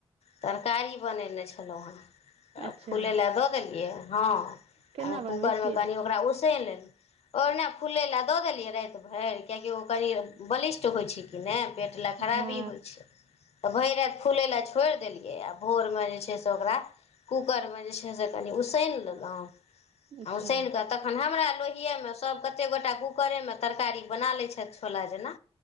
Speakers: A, on the left; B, on the right.
A: तरकारी बनैने छलौ हें। आ
B: अच्छा
A: फुलै लए दऽ देलियै हां उ
B: केना बनबै
A: कुकर
B: छियै
A: मे कनि ओकरा उसैन लेल और ना फूलै लए दऽ देलियै राएत भैर कियाकि ओ कनि बलिष्ठ होय छै कि नै पेट लै खराबी
B: हँ
A: होय छै। तऽ भैर राएत फुलै लए छोड़ देलियै आ भोर मे जे छै से ओकरा कुकर मे जे छै से कनि उसैन लेलौ।
B: अच्छा
A: आ उसैन कऽ तखन हमरा लोहिये मे सब कते गोटा कु करे मे तरकारी बना लै छैथ छोला जना